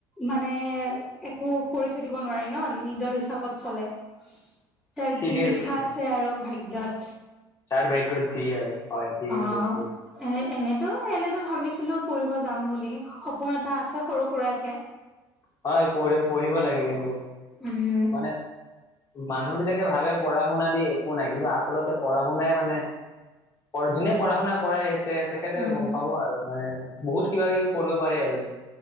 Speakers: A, in the centre; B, on the left.
A: মানে একো কৰি থৈ দিব নোৱাৰি ন, নিজৰ হিচাপত চলে। ত
B: ঠিকেই
A: যি লিখা
B: কৈছে
A: আছে আৰু ভাগ্যত।
B: যাৰ ভাগ্যত যি আৰু। হয় ঠিকে
A: অহ,
B: কৈছে
A: এনে - এনেতো এনে তো ভাবিছিলোঁ পঢ়িব যাম বুলি সপোন এটা আছে সৰু সুৰাকে।
B: হয়, পঢ় পঢ়িব লাগে কিন্তু।
A: উম,
B: মানে মানুহ বিলাকে ভাবে পঢ়া -শুনা দি একো নাই কিন্তু আচলতে পঢ়া- শুনাই মানে পৰ যোনে পঢ়া-শুনা কৰে তে তেখেতে
A: উম
B: গম পাব আৰু মানে বহুত কিবা- কিবি কৰিব পাৰি আৰু।